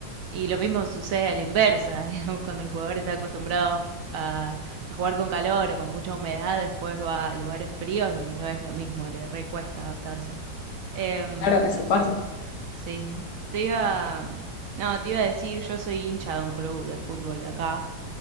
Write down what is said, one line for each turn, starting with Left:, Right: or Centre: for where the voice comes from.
Right: Y lo mismo sucede a la inversa, <laughs> digamos, cuando el jugador está acostumbrado a, a jugar con calor o con mucha humedad, después va a lugares fríos y no es lo mismo, le recuesta adaptarse. Em,
Left: Claro, eso pasa.
Right: Sí, te iba, no, te iba a decir, yo soy hincha de un club de fútbol de acá,